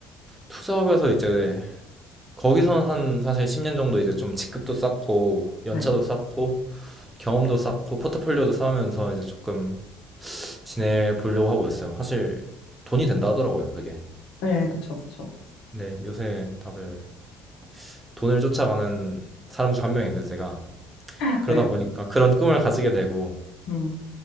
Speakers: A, on the right (about 15°); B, on the left (about 65°).
A: 투자업에서 이제 거기선 한 사실 10년 정도 이제 좀 직급도 쌓고 연차도
B: 네.
A: 쌓고 경험도 쌓고 포트폴리오도 쌓으면서 이제 조금 지내보려고 하고 있어요. 사실 돈이 된다 하더라고요, 그게.
B: 네, 그쵸, 그쵸.
A: 네, 요새 다들 돈을 쫓아가는 사람 중 한 명인데 제가
B: 네.
A: 그러다 보니까 그런 꿈을 가지게 되고
B: 음,